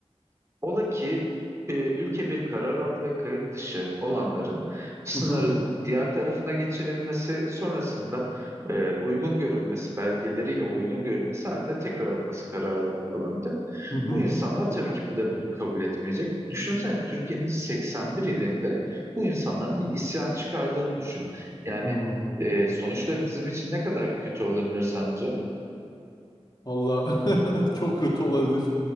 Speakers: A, on the right (about 25°); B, on the left (about 40°).
A: ola ki e, ülke bir karar aldı ve kayıt dışı olanların sınırın
B: Hı hı.
A: diğer tarafına geçirilmesi sonrasında e, uygun görülmesi belgeleriyle uygun görülmesi halinde tekrar alınması kararı alındı.
B: Hı hı.
A: Bu insanlar tabii ki bu da bunu kabul etmeyecek. Düşünsene Türkiye'nin 81 ilinde bu insanların bir isyan çıkardığını düşün. Yani
B: Hı hı.
A: e, sonuçları bizim için ne kadar kötü olabilir sence?
B: Valla <laughs> çok kötü olabilir.